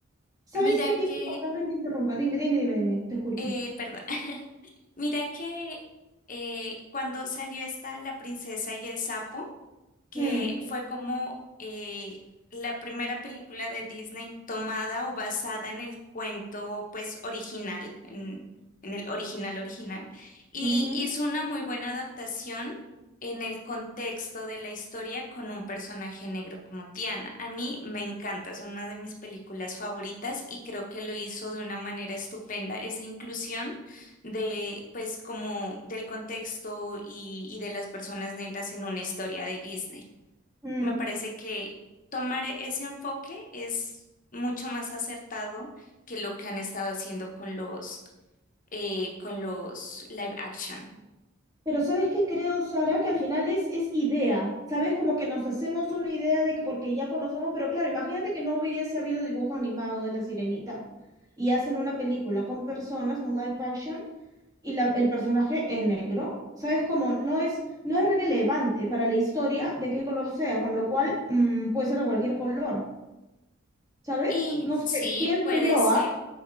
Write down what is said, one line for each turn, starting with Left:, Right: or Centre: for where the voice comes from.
Right: ¿sabes
Left: mira
Right: qué pienso?
Left: que,
Right: Perdón que te interrumpa. Dime, dime, dime, dime, te escucho.
Left: eh, perdón, <laughs> mira que eh, cuando salió esta La princesa y el sapo, que
Right: Mm,
Left: fue como eh, la primera película de Disney tomada o basada en el cuento, pues, original, en, en el original original, y
Right: ujú,
Left: hizo una muy buena adaptación en el contexto de la historia con un personaje negro como Tiana. A mí me encanta, es una de mis películas favoritas y creo que lo hizo de una manera estupenda esa inclusión de, pues, como del contexto y, y de las personas negras en una historia de Disney.
Right: mm.
Left: Me parece que tomar e-, ese enfoque es mucho más acertado que lo que han estado haciendo con los, eh, con los live action.
Right: Pero ¿sabes qué creo, Sara? Que al final es, es idea. ¿Sabes? Como que nos hacemos una idea de que porque ya conocemos, pero claro, imagínate que no hubiese habido dibujo animado de La Sirenita y hacen una película con personas, un live action y la- el personaje es negro. ¿Sabes cómo? No es, no es relevante para la historia de qué color sea, con lo cual mm, puede ser de cualquier color. ¿Sabes?
Left: Y
Right: No
Left: sí,
Right: sé, pienso
Left: puede
Right: yo,
Left: ser,
Right: ¿ah?